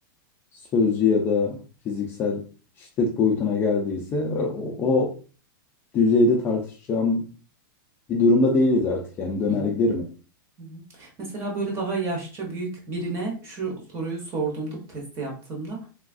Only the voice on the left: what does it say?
sözlü ya da fiziksel şiddet boyutuna geldiyse e, o,
o düzeyde tartışacağım bir durumda değiliz artık. Yani döner
giderim.